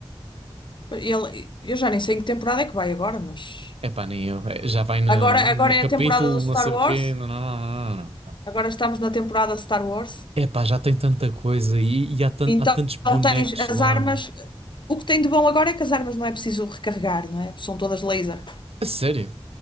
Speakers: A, on the left (about 55°); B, on the right (about 80°).
A: Ele- eu já nem sei em que temporada é que vai agora, mas
B: Epá, nem eu. É, Já vai no,
A: agora,
B: no
A: agora é
B: capítulo,
A: a temporada do Star
B: não sei
A: Wars,
B: o quê. Não, não, não, não, não. não.
A: agora estamos na temporada Star Wars,
B: Epá, já tem tanta coisa e, e há, tan-
A: então
B: há tantos bonecos
A: tens as
B: lá,
A: armas.
B: meu.
A: O que tem de bom agora é que as armas não é preciso recarregar, não é? São todas laser.
B: A sério?